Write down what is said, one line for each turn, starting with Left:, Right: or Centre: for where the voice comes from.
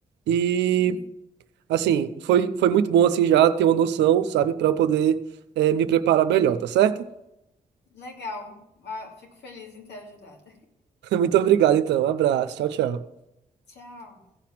Right: E,
Left: <laughs> Sim,
Right: assim, foi, foi muito bom, assim, já ter uma noção, sabe, para eu poder, é, me preparar melhor, tá certo?
Left: legal. Ah, fico feliz em ter ajudado.
Right: <laughs> Muito obrigado, então. Abraço. Tchau, tchau.
Left: <laughs> Tchau.